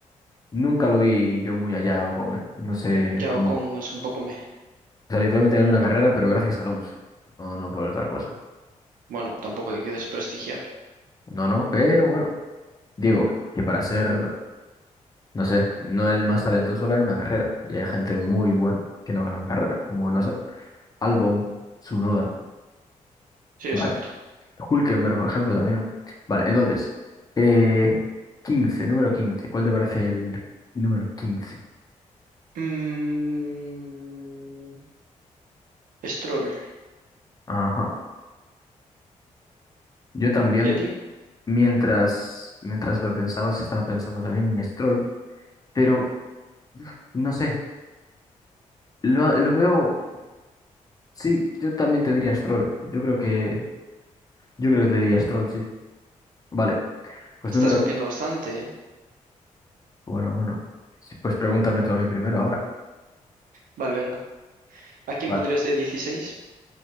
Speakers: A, on the left; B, on the right.
A: nunca lo vi yo muy allá, a Ocon, ¿eh? No sé
B: Ya
A: cómo.
B: Ocon es un poco me.
A: O sea, literalmente ganó una carrera, pero gracias a Alonso. No, no por otra cosa.
B: Bueno, tampoco hay que desprestigiar.
A: No, no, pero bueno. Digo que para ser, no sé, no el más talentoso gana una carrera. Y hay gente muy buena que no gana una carrera, como no sé. Albon, Tsunoda,
B: Sí, exacto.
A: vale. Hülkenberg, por ejemplo, también. Vale, entonces, eh, 15, número 15. ¿Cuál te parece el número 15?
B: Mm, Stroll.
A: Ajá. Yo también,
B: ¿Y a ti?
A: mientras, mientras lo pensabas, estaba pensando también en Stroll, pero no sé, lo, lo veo, sí, yo también te diría Stroll. Yo creo que, yo creo que te diría Stroll, sí. Vale, pues
B: Estás
A: número,
B: copiando bastante, ¿eh?
A: bueno, bueno, sí, pues pregúntame tú a mí primero ahora.
B: Vale, venga. ¿A quién
A: Vale,
B: pondrías de 16?